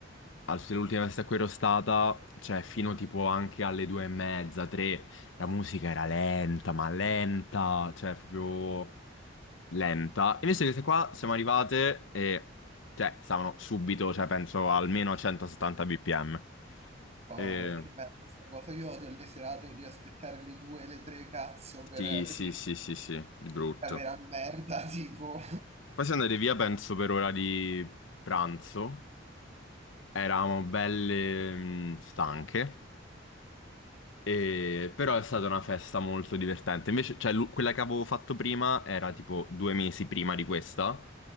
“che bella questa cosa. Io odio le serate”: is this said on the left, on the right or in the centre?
Right